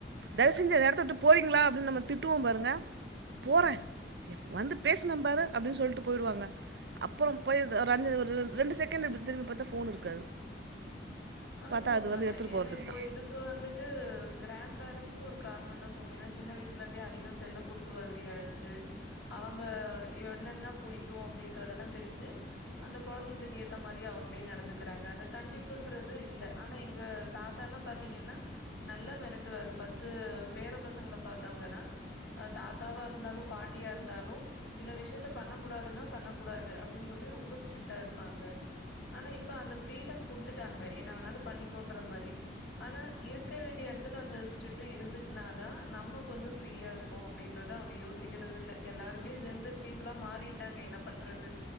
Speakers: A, on the right; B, on the left.
A: தயவு செஞ்சு இந்த எடத்த விட்டு போறீங்களா அப்டின்னு நம்ப திட்டுவோ பாருங்க போறே வந்து பேசுனேபாரு அப்டின்னு சொல்ட்டு போயிடுவாங்க அப்பறோ போய் ஒரு அஞ்ச ஒரு ரெ ரெண்டு செகண்ட் இப்புடி திரும்பி பாத்தா போன் இருக்காது
B: அது
A: பாத்தா
B: உண்மதா
A: வந்து எடுத்துட்டு
B: ஏன்னா
A: போறதுக்கு
B: இப்போ
A: தா
B: இதுக்கு வந்துட்டு கிராண்ட் கிராண்ட் பேரெண்ட்ஸு ஒரு காரணந்தா சொல்லனு ஏன்னா சின்ன வயசுல இருந்தே அதிகோ செல்லோ குடுத்து வளத்தியாச்சு அவங்க இவ என்னன்னா புடிக் கு அப்டின்றதெல்லா தெரிஞ்சு அந்த கொழந்தைங்களுக்கு ஏத்த மாரி அவுங்களே நடந்துக்குறாங்க அந்த கண்டிப்புன்றது இல்ல ஆனா எங்க தாத்தால்லா பாத்தீங்கன்னா நல்லா மெரட்டுவாரு பத்து பேர பசங்கள பாத்தவுங்கதா அ தாத்தாவா இருந்தாலு பாட்டியா இருந்தாலு சில விஷயத்த பண்ணக்க கூடாதுன்னா பண்ண கூடாது அப்டின்னு சொல்லி ரொம்ப ஸ்டிக்டா இருப்பாங்க ஆனா இப்ப அந்த ஃப்ரீடம் குடுத்துட்டாங்க என் என்ன வேன்னாலு பண்ணிக்கொன்ற மாரி ஆனா இருக்க வேண்டிய எடத்துல அந்த ஸ்டிக்டு இருந்துச்சுனாதா நம்ப கொஞ்சோ ப்ரியா இருப்போ அப்டின்றத அவுங்க யோசிக்கிறதில்ல எல்லாருமே ஜென்செட் பீப்பிள்ளா மாறிட்டாங்க என்ன பண்றது